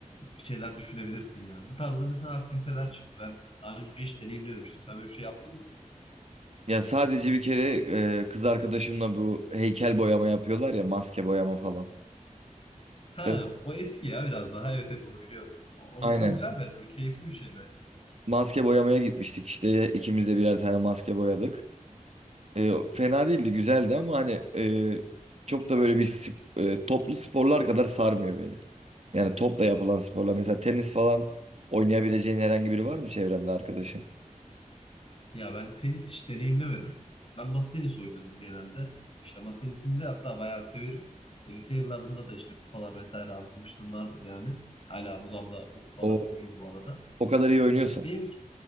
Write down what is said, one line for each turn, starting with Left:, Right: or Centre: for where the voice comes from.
Left: şeyler düşünebilirsin yani. Bu tarzda mesela aktiviteler çıktı. Ben daha önce hiç deneyimlememiştim. Sen böyle bir şey yaptın mı?
Right: Ya sadece bir kere e, kız arkadaşımla bu heykel boyama yapıyorlar ya maske boyama falan.
Left: Ha,
Right: Evet.
Left: o eski ya biraz daha. Evet evet onu biliyorum. O, o,
Right: Aynen.
Left: o güzel bence. O keyifli bir şey bence.
Right: Maske boyamaya gitmiştik işte ikimiz de birer tane maske boyadık. E, fena değildi güzeldi ama hani e, çok da böyle bir sp- e, toplu sporlar kadar sarmıyor beni. Yani topla yapılan sporlar. Mesela tenis falan oynayabileceğin herhangi biri var mı çevrende arkadaşın?
Left: Ya ben tenis hiç deneyimlemedim. Ben masa tenisi oynuyordum genelde. İşte masa tenisini de hatta bayağı severim. E, Lise yıllarında da işte kupalar vesaire almışlığım vardır yani. Hala odamda o kupalar
Right: O
Left: durur bu arada.
Right: O kadar iyi oynuyorsun.
Left: Benim